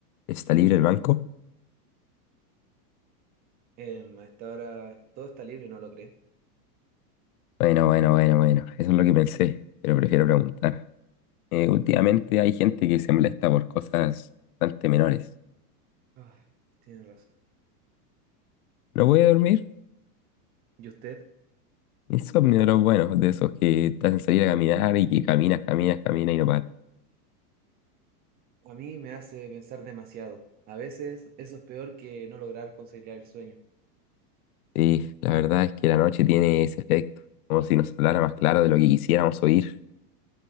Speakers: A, on the left; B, on the right.
A: ¿Está libre el banco?
B: Em, a esta hora todo está libre, ¿no lo cree?
A: Bueno, bueno, bueno, bueno. Eso es lo que pensé, pero prefiero preguntar. Eh, últimamente hay gente que se molesta por cosas bastante menores.
B: Ah, tiene razón.
A: ¿No puede dormir?
B: ¿Y usted?
A: Insomnio de los buenos, de esos que te hacen salir a caminar y que caminas, caminas, caminas y no paras.
B: A mí me hace pensar demasiado. A veces eso es peor que no lograr conciliar el sueño.
A: Sí, la verdad es que la noche tiene ese efecto, como si nos hablara más claro de lo que quisiéramos oír.